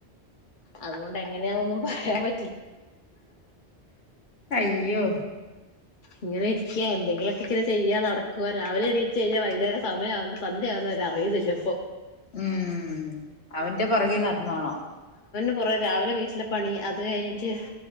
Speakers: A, on the left; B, on the left.
A: അതുകൊണ്ട് എങ്ങനെയാനൊന്നും പറയാൻ പ
B: അയ്യോ
A: ഇങ്ങനെ എന്തെങ്കിലുമൊക്കെ ചെയ്യുക നടക്കുവ രാവിലെ എണീച്ച് കഴിഞ്ഞാൽ വൈകുന്നേരം സമയവു സന്ധ്യ ആകുന്ന വരെ അറിയുന്നില്ല ഇപ്പൊ
B: ഉം അവന്റെ പോറകിൽ നടന്നോണം
A: <unintelligible> രാവിലെ വീട്ടിലെ പണി അത് കഴിഞ്ഞിട്ട്